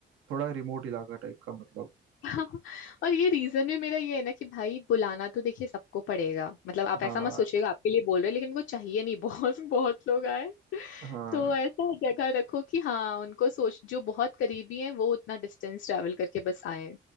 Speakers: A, on the right (about 85°); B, on the left (about 75°).
A: थोड़ा रिमोट इलाका टाइप का मतलब
B: <laughs> और ये रीजन भी मेरा ये है ना कि भाई बुलाना तो देखिए सबको पड़ेगा मतलब आप
A: हाँ
B: ऐसा मत सोचिएगा आपके लिए बोल रहे हैं, लेकिन उनको चाहिए नहीं बहुत <laughs> बहुत लोग आए
A: हाँ
B: तो ऐसा जगह रखो कि हाँ उनको सोच जो बहुत करीबी हैं वो उतना डिस्टेंस ट्रैवल करके बस आए